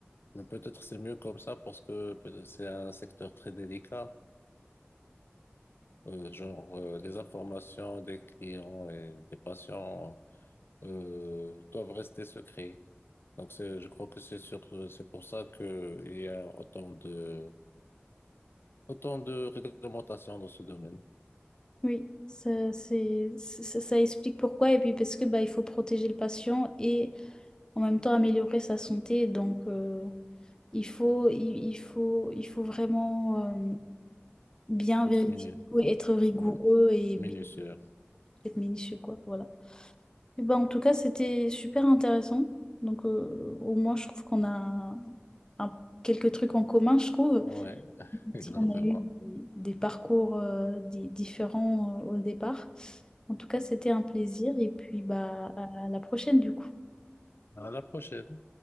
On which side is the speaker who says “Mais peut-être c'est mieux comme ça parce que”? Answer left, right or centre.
Left